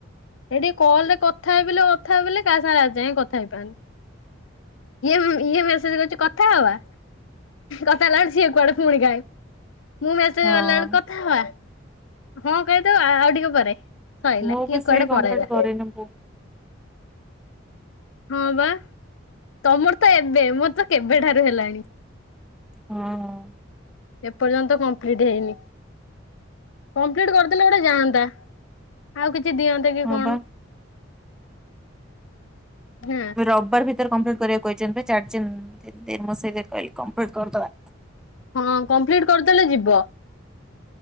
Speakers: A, on the left; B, in the centre.
A: ଏ ଟିକେ କଲ ରେ କଥା ହେଇ ବଲେ କଥା ହେଇ ବୋଲି କା ସାଙ୍ଗରେ ଆଜ ଯାଏଁ କଥା ହେଇପାରନି। ଇଏ ଇଏ ମେସେଜ କରୁଚି କଥା ହବା କଥା ହେଲାଳୁ ସିଏ କୁଆଡେ ପୁଣି ଗାଏପ। ମୁଁ ମେସେଜ
B: ହଁ
A: କଲା ବେଳକୁ କଥା ହବା ହଁ କହିଦବ ଆଉ ଟିକେ ପରେ। ସଇଲା
B: ମୁଁ
A: କିଏ
B: ବି ସେଇ
A: କୁଆଡେ
B: କମ୍ପ୍ଲିଟ
A: ପରେଇଲା
B: କରିନି ବୋ
A: ହଁ ବା ତମର ତ ଏବେ ମୋର ତ କେବେଠାରୁ ହେଲାଣି।
B: ହଁ।
A: ଏପର୍ଯ୍ୟନ୍ତ କମ୍ପ୍ଲିଟ ହେଇନି। କମ୍ପ୍ଲିଟ କରିଦେଲେ ଗୋଟେ ଜାଣନ୍ତା ଆଉ କିଛି ଦିଅନ୍ତେ କି
B: ହଁ
A: କଣ।
B: ବା
A: ହୁଁ।
B: ରବିବାର ଭିତରେ କମ୍ପ୍ଲିଟ୍ କରିବାକୁ କହିଛନ୍ତି ଚାରି ଦିନ ଦ ଦିନସ କହିଲେ କମ୍ପ୍ଲିଟ୍ କରିଦେବା।
A: ହଁ କମ୍ପ୍ଲିଟ କରିଦେଲେ ଯିବ।